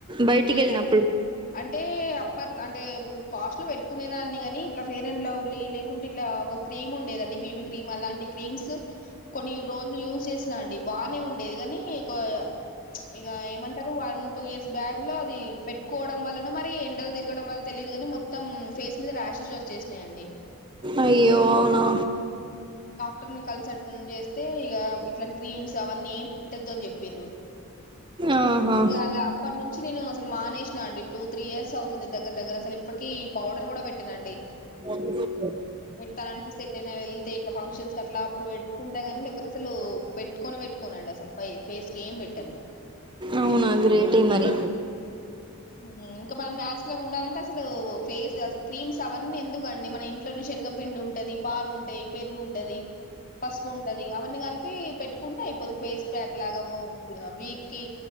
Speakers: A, on the right; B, on the left.
A: బయటికి
B: లేదండి
A: వెళ్ళినప్పుడు
B: అంటే అప్పట్ల అ అంటే పాస్ట్లు పెట్టుకునే దాన్ని కాని ఇట్లా ఫెయిర్ అండ్ లవ్లీ లేకుంటే ఇట్లా ఒక క్రీమ్ ఉండేదండి బీబీ క్రీమ్ అలాంటి క్రీమ్స్ కొన్ని రోజులు యూజ్ చేసినా అండి బాగానే ఉండేది గానీ ఒక ఇగ ఇక ఏమంటారు వన్ టూ ఇయర్స్ బ్యాక్ లో అది పెట్టుకోవడం వల్లనొ మరి ఎండలు తిరి ఎక్కడోవల్లతెలియదు కానీ మొత్తం ఫేస్ మీద రాషెస్ వచేసినాయండి
A: అయ్యో అవునా
B: క్టర్ కన్సల్ చేస్తే ఇ ఇట్లాంటి క్రీమ్స్ అవన్నీ ఏం పేంటద్దు అని చెప్పిండ్రు
A: ఆహా
B: ఇగ అలా అప్పటి నుంచి నుంచి నేను అసలు మానేసిన అండి టూ త్రీ ఇయర్స్ అవుతుంది దగ్గర దగ్గర అసలు ఇప్పటిక పౌడర్ కూడా పెట్టినండి
A: <unintelligible>
B: పెట్టాలనిపిస్తే ఎటైనా వెళ్తే ఇట్లా ఫంక్షన్స్ అట్లా అప్పుడు పెట్టుకుంటా కాని లేకపోతే అసలు పెట్టుకొనే పెట్టుకొను కొనండి అసలు ఫై ఫేస్ కి ఏం పెట్టను
A: అవునా గ్రేట్ ఏం మరి
B: హ్మ్ ఇంకా మనం నాచురల్ గా ఉండాలంటే అసలు ఫేస్ అస క్రీమ్స్ అవన్నీ ఎందుకండి మన ఇంట్లో నుంచి శనగపిండి ఉంటది పాలుంటాయి పెరుగు ఉంటది పసుపు ఉంటంది అవన్నీ కలిపి పెట్టుకుంటే కొద్ది ఫేస్ ప్యాక్ లాగా ఓ వీక్ కి